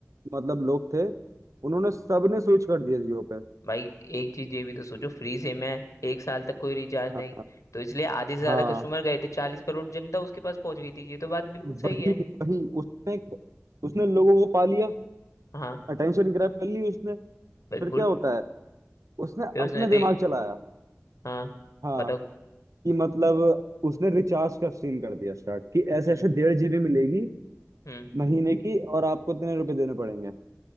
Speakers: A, on the right; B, on the left.
A: मतलब लोग थे उन्होंने सबने स्विच कर दिया जियो पे
B: भाई एक चीज ये भी तो सोचो फ्री सिम है एक साल तक कोई रिचार्ज
A: हाँ
B: नहीं तो इसलिए आधे से ज्यादा
A: हाँ
B: कस्टमर गए थे चालीस करोड़ जनता उसके पास पहुंच गई थी ये तो बात बिल्कुल सही
A: वही
B: है
A: वही उसने उसने लोगों को पा लिया
B: हाँ
A: अटेंशन ग्रैब कर ली उसने
B: बिल्कुल
A: फिर क्या होता है उसने
B: फिर उसने
A: अपना
B: दे
A: दिमाग चलाया
B: हाँ
A: हाँ
B: बताओ
A: कि मतलब उसने रिचार्ज का सीन कर दिया स्टार्ट कि ऐसे
B: हम्म
A: ऐसे डेढ़ जीबी मिलेगी
B: हम्म
A: महीने की और आपको इतने रुपए देने पड़ेंगे